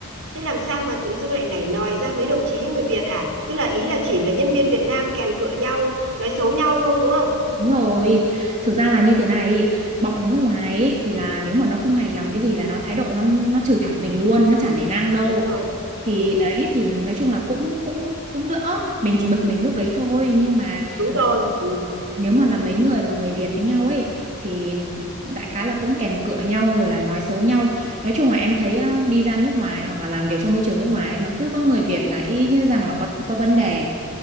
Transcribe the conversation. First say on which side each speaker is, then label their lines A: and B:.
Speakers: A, on the right; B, on the right.
A: thế làm sao mà tự dưng lại nảy nòi ra mấy đồng chí người Việt à tức là ý là chỉ là nhân viên Việt Nam kèn cựa nhau nói xấu nhau thôi đúng không
B: Đúng rồi, thực ra là như thế này, bọn nước ngoài ấy, thì là nếu mà nó không hài lòng cái gì là nó thái độ nó nó chửi thẳng mình luôn, nó chả nể nang đâu.
A: đúng rồi
B: thì
A: ừ
B: đấy thì nói chung là cũng cũng cũng đỡ mình chỉ bực mình lúc đấy thôi nhưng mà
A: đúng
B: nếu
A: rồi ừ
B: nếu mà là mấy người mà người Việt với nhau ấy thì đại khái là cũng kèn cựa nhau rồi là nói xấu nhau nói chung là em thấy á, đi ra nước ngoài hoặc là làm việc trong môi trường nước ngoài ấy, mà cứ có người Việt là y như rằng là có có vấn đề